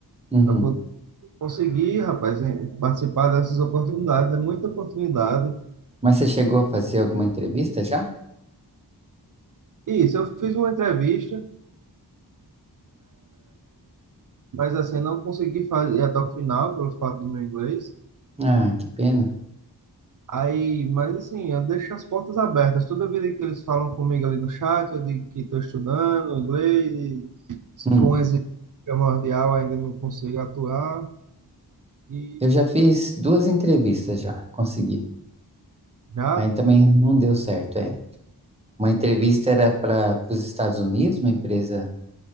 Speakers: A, on the right; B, on the right.
A: uhum.
B: para poder conseguir, rapaz, em- participar dessas oportunidades. É muita oportunidade.
A: Mas você chegou a fazer alguma entrevista já?
B: Isso, eu fiz uma entrevista, mas assim, não consegui fazer até o final, pelo fato do meu inglês.
A: Ah, que pena.
B: Aí, mas assim, eu deixo as portas abertas. Toda vida que eles falam comigo ali no chat, eu digo que estou estudando inglês, e se
A: Hum.
B: for um exercício primordial, ainda não consigo atuar, e
A: Eu já fiz duas entrevistas já, consegui.
B: já
A: Mas também não deu certo, é. Uma entrevista era para os Estados Unidos, uma empresa,